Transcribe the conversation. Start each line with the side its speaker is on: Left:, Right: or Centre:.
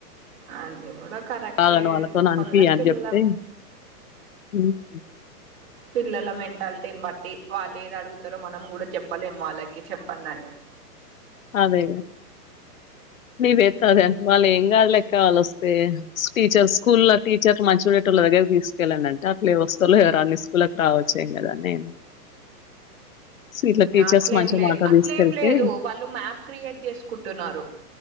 Right: అది కూడా కరెక్టే
Left: కాగని వాళ్ళతో అనిపి
Right: కొందరు
Left: అని
Right: పిల్లల
Left: చెప్తే హ్మ్ హ్మ్
Right: పిల్లల మెంటాలిటీని బట్టి వాళ్ళు ఏది అడుగుతారో మనం కూడా చెప్పలేం వాళ్ళకి చెప్పడిని
Left: అదే నేను ఎత్త అది <unintelligible> వాళ్ళ ఏంకాదులే కాల్ వస్తే టీచర్ స్కూల్ ఆ టీచర్ మంచిు పెట్టాలా దగ్గర తీసుకెళ్ళండింటే అట్లా ఏవ వస్తాో అన్ని స్కూల్కి రావచ్చేం కదా నేను ఇట్లా టీచర్స్
Right: అట్లేం
Left: మంచి
Right: లే
Left: మాట
Right: అట్లేం
Left: తీసుకెళ్తే
Right: లేదు వాళ్ళు మ్యాప్ క్రియేట్ చేసుకుంటున్నారు